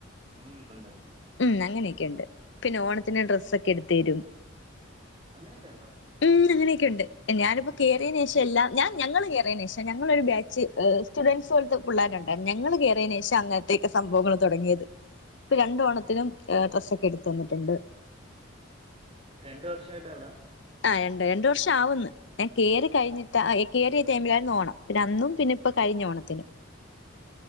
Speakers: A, on the right; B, on the left.
A: അങ്ങനെയൊക്കെ ഉണ്ടല്ലേ
B: ഉം അങ്ങനെയൊക്കെയ ഉണ്ട് പിന്നെ ഓണത്തിന് ഡ്രസ്സൊക്കെ എട്ത്തരും.
A: അങ്ങനെയൊക്കെ ഉണ്ടോ.
B: ഉം അങ്ങനെയൊക്കെ ഉണ്ട് ഞാനിപ്പോ കേറിയേനേഷം എല്ലാം ഞാൻ ഞങ്ങള് കേറിയേനേഷം ഞങ്ങളൊരു ബാച്ച്. സ്റ്റുഡൻസ് പോലത്തെ പിള്ളേരുണ്ട ഞങ്ങൾ കേറിയതിന് ശേഷം അങ്ങനത്തെയൊക്കെ സംഭവങ്ങൾ തുടങ്ങിയത് ഇപ്പോ രണ്ട് ഓണത്തിനും ഡ്രസ്സ്‌ ഒക്കെ എടുത്തന്നിട്ടുണ്ട്.
A: രണ്ട് വർഷയിട്ട് അവിടെ?
B: ആഹ് രണ്ട രണ്ട് വർഷം ആവുന്ന് ഞാൻ കേറി കഴിഞ്ഞിട്ടാ കേറിയ ടൈമിലായിരുന്നു ഓണം പിന്നെ അന്നും പിന്നെ. ഇപ്പൊ കഴിഞ്ഞ ഓണത്തിന്